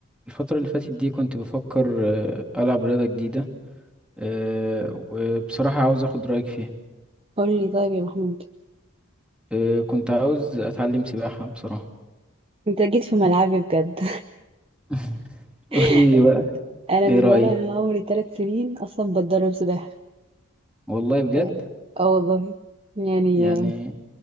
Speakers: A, in the centre; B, on the right.
A: الفترة اللي فاتت دي كنت بفكر آه، ألعب رياضة جديدة آه، وبصراحة عاوز أخد رأيك فيها
B: قولي طيب يا محمود
A: آه، كنت عاوز أتعلم سباحة بصراحة
B: انت جيت في ملعبي بجد
A: <laughs> قولي
B: <laughs>
A: لي بقى
B: انا
A: إيه
B: من
A: رأيك
B: وانا عمري ثلاث سنين اصلا بتدرب سباحه
A: والله بجد
B: يعني- اه والله يعني
A: يعني